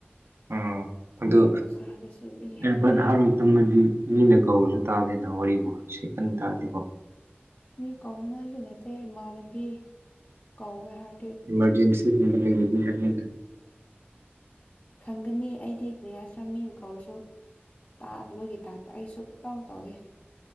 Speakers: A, on the right; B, on the left.
A: ꯑꯥ
B: ꯑꯗꯨꯒꯤ
A: ꯑꯗꯨ
B: ꯃꯈꯥꯗꯁꯨ ꯃꯤ
A: ꯑꯦꯌꯥꯔꯕꯠ
B: ꯌꯥꯝꯃꯦ
A: ꯍꯥꯞꯔꯒ ꯇꯨꯝꯃꯗꯤ ꯃꯤꯅ ꯀꯧꯔꯁꯨ ꯇꯥꯗꯦꯅ ꯋꯥꯔꯤꯕꯨ ꯁꯤꯀꯟ ꯇꯥꯗꯦꯀꯣ
B: ꯃꯤ ꯀꯧꯅꯤꯡꯉꯥꯏꯁꯨ ꯂꯩꯇꯦ ꯏꯃꯥꯟꯅꯕꯤ ꯀꯧꯒꯦ ꯍꯥꯏꯔ
A: ꯏꯃꯔꯖꯦꯟꯁꯤ ꯂꯩꯔꯗꯤ ꯍꯥꯏꯕꯅꯤꯗ
B: ꯈꯪꯒꯅꯤ ꯑꯩꯗꯤ ꯀ꯭ꯔꯤ ꯍꯥꯢꯁꯤꯔ ꯃꯤꯅ ꯀꯧꯔꯁꯨ ꯇꯥꯗꯕꯒꯤ ꯇꯥꯏꯞꯇ ꯑꯩ ꯁꯨꯛꯇꯧ ꯇꯧꯗꯦ